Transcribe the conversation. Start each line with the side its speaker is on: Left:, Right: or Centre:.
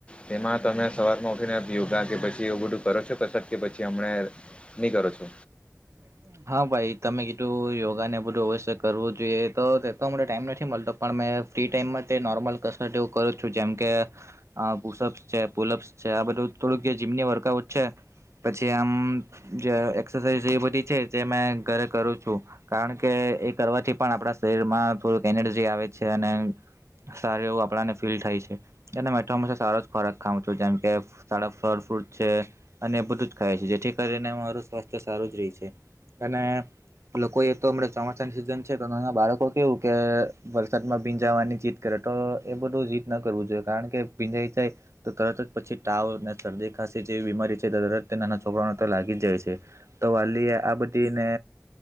Left: તેમાં તમે સવારમાં ઉઠીને યોગા કે પછી એવું બધું કરો છો પછી કે, પછી હમણા. નહી કરો છો.
Right: હમ. હા, ભાઈ તમે કીધું યોગા ને બધું અવશ્ય કરવું જોઈએ, તો તે તો મને ટાઈમ નથી મળતો. પણ મેં ફ્રી ટાઈમમાં તે નોર્મલ કસર એવું કરું છું, જેમ કે. બુસઅપ છે, પુલપ્સ છે, આ બધું થોડુંક જીમની વર્કઆઉટ છે. પછી આમ જે એક્રસાઝ એ બધી છે, જે ઘરે કરું છું. કારણ કે એ કરવાથી પણ આપણા શરીર માં થોડક એનર્જી આવે છે અને સારું એવું આપણાને ફીલ થાય છે. એ મે હંમેશા સારો જ ખોરાક ખાઉં છું, જેમ કે સારા ફળ ફ્રૂટ છે. અને બધું જ ખાય છે, જેથી કરીને મારું સ્વાસ્થ્ય સારું જ રહે છે અને લોકો એ તો હમણાં ચોમાસાની સિઝન છે, તો એના બાળકો કેવું કે વરસાદમાં ભીંજાવાની જીત કરે તો, એ બધું જીત ન કરવું જોઈએ, કારણ કે ભીંજાઈ જાય. તો તરત જ પછી તાવ અને શરદી ખાંસી જેવી બીમારી છે, તરત તે નાના છોકરાઓને તો લાગી જાય છે. તો વાલી આ બધી ને,